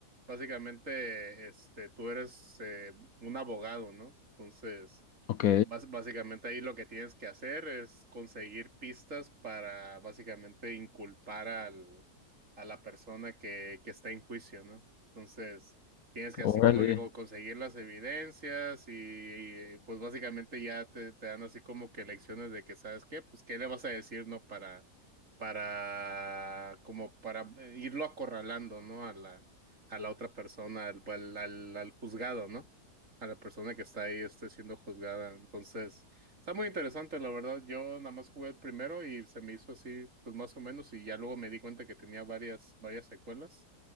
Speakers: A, on the right; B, on the left.
A: básicamente, este, tú eres eh, un abogado, ¿no? Entonces,
B: Ok,
A: bas- básicamente ahí lo que tienes que hacer es conseguir pistas para básicamente inculpar al, a la persona que, que está en juicio, ¿no? Entonces, Tienes que
B: ok.
A: así
B: órale,
A: como que co- conseguir las evidencias y, y, pues básicamente ya te, te dan así como que lecciones de que sabes qué, pues qué le vas a decir, ¿no? Para, para, como para eh, irlo acorralando, ¿no? A la, a la otra persona, al, al, al, al juzgado, ¿no? A la persona que está ahí esté siendo juzgada. Entonces, está muy interesante, la verdad. Yo nada más jugué el primero y se me hizo así, pues más o menos, y ya luego me di cuenta que tenía varias, varias secuelas.